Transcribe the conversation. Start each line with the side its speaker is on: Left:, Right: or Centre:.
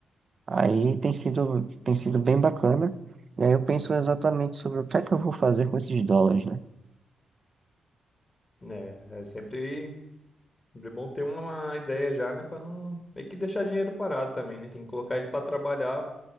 Right: Aí tem sido, tem sido bem bacana. E aí eu penso exatamente sobre o que é que eu vou fazer com esses dólares, né?
Left: Né, é sempre. É bom ter uma ideia já, né? Pra não meio que deixar dinheiro parado também, né? Tem que colocar ele pra trabalhar